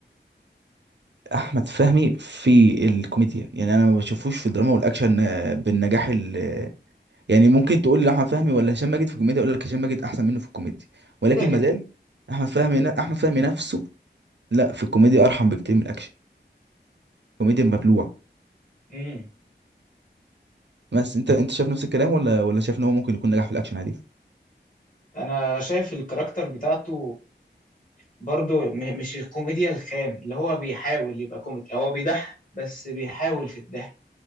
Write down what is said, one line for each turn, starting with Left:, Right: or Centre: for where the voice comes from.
Right: احمد فهمي في الكوميديا يعني انا ما بشوفوش في الدراما والاكشن آه، بالنجاح ال آه، يعني ممكن تقول لي احمد فهمي ولا هشام ماجد في الكوميديا اقول لك هشام ماجد احسن منه في الكوميديا ولكن
Left: كده كده
Right: مازال احمد فهمي احمد فهمي نفسه لا في الكوميديا ارحم بكتير من الاكشن الكوميديا مبلوع
Left: امم
Right: بس انت انت شايف نفس الكلام ولا ولا شايف ان هو ممكن يكون نجح في الاكشن عادي
Left: انا شايف الكاركتر بتاعته برضو م- مش الكوميديا الخام اللي هو بيحاول يبقى كوميدي هو بيضحك بس بيحاول في الضحك